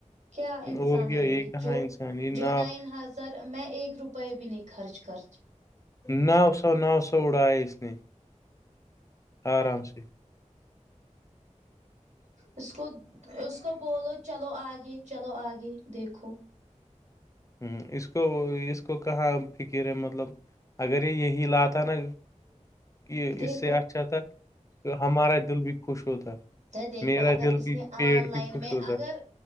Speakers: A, on the right; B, on the left.
A: کیا انسان
B: اور کیا
A: ہے یہ
B: کہاں
A: جو
B: انسانی
A: جو
B: ناؤ
A: نائن سر میں ایک روپئے بھی نہیں خرچ کر
B: نو سو نو سو اڑاائے اس نے آرام سے
A: اس کو اس کو بولو چلو آگے چلو آگے دیکھو
B: ہوں اس کو اس کو کہاں فکر ہے مطلب اگر یہ یہی لاتہ نا کہ
A: دیکھو
B: اس سے تو ہمارا دل بھی خوش ہوتا
A: دیکھو
B: میرا
A: اگر
B: دل
A: اس
B: بھی
A: نے
B: پیٹ
A: آن لائن
B: بھی خوش
A: میں
B: ہوتا
A: اگر